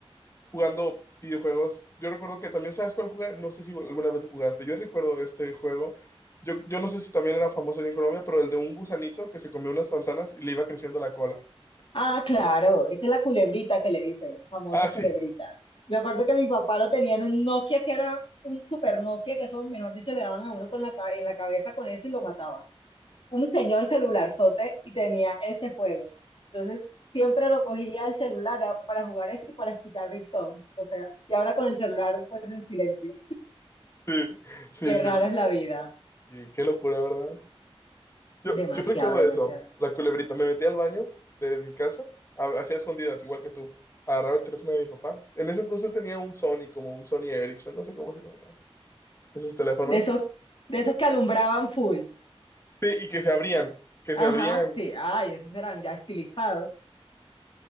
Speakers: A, on the left (about 30°); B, on the left (about 55°).
A: jugando videojuegos. Yo recuerdo que también, ¿sabes cuál jugué? No sé si alguna vez lo jugaste. Yo recuerdo este juego. Yo, yo no sé si también era famoso allá en Colombia, pero el de un gusanito que se comió unas manzanas y le iba creciendo la cola.
B: Ah, claro, esa es la culebrita que le dicen, famosa
A: Ah,
B: culebrita.
A: sí,
B: Me acuerdo que mi papá lo tenía en un Nokia que era un super Nokia, que eso, mejor dicho, le daban a uno con la, ca- en la cabeza con eso y lo mataban. Un señor celularzote y tenía ese juego. Entonces, siempre lo cogía el celular ah, para jugar eso y para escuchar Ringtone. O sea, y ahora con el celular, pues en silencio.
A: sí, sí,
B: Qué rara
A: yo,
B: es la vida.
A: Y qué locura, ¿verdad? Yo,
B: Demasiado,
A: yo recuerdo
B: demasiado.
A: eso, la culebrita. Me metí al baño de mi casa, a- hacía escondidas, igual que tú. Agarraba el teléfono de mi papá. En ese entonces tenía un Sony, como un Sony Ericsson, no sé cómo se llamaba. Esos teléfonos.
B: De esos, de esos que alumbraban full.
A: Sí, y que se abrían, que
B: Ajá,
A: se abrían.
B: sí, ay, esos eran ya estilizados.